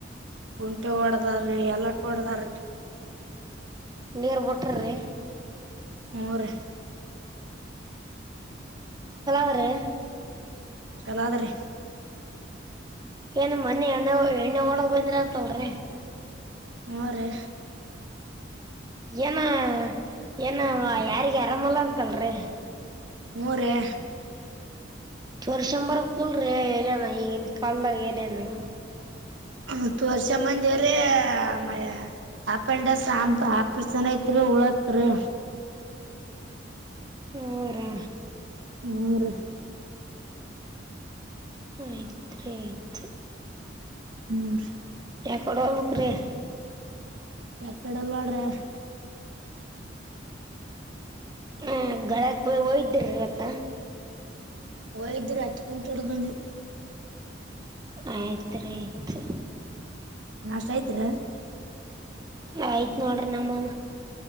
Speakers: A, on the right; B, on the right.
A: ಕುಂಟೆ ಒಡದಾರೀ ಎಲ್ಲಟ ಒಡದಾರೀ.
B: ನಿರ್ ಬಟರ್ರೆ.
A: ಹ್ಞೂ ರೀ
B: ಅದ್ರಿ
A: ಚಲ ಆದ್ರಿ.
B: ಏನು ಮನಿ ಎಣ್ಣೆ ಎಣ್ಣೆ ಓಡದ್ ಬಂದ್ರ ಅಂತಲ್ರಿ.
A: ಹ್ಮ್ ರಿ.
B: ಏನ ಏನ ಯಾರಗ ಆರಾಮಲ್ಲ ಅಂತಲ್ರಿ.
A: ಹ್ಞೂ
B: ಹ <unintelligible>
A: ರೀ
B: ಚೋರ್ಷಂಬರಕಲ್ ರ ಏರ ಈ ಕಲ್ದ ಏರಾನ.
A: ಹತ್ತು ವರ್ಷ ಮಂದವ್ರೀ ಮ. ಆಪಂಡಸ್ ಆಪ್ರಸನ್ ಐತ್ರಿ ಉಳತ್ರಿ.
B: ಹರಾ.
A: ಊ ರಿ.
B: ಆಯ್ತ್ ರಿ ಆಯ್ತ್
A: ಹ್ಮ್ ರಿ
B: ಯ ಕಡಿ ವಗಬೇಕು ರೀ.
A: ಯ ಕಡೆಲ್ಲ ನೋಡ್ರೆ.
B: ಹ್ಮ್ ಗಳಕ್ ಬ ಹಯ್ದ್ರವತ್ತ.
A: ಹೋಗ್ದರು ಹತ್ ಕುಂಟ ಹೊಡು ಬಂದ್ವಿ.
B: ಆಯ್ತ್ು ಆಯ್ತು.
A: ನಾಷ್ಟ ಆಯ್ತ್ರ.
B: ಆಯ್ತ್ು ನೋಡ್ರಿ ನಂಬ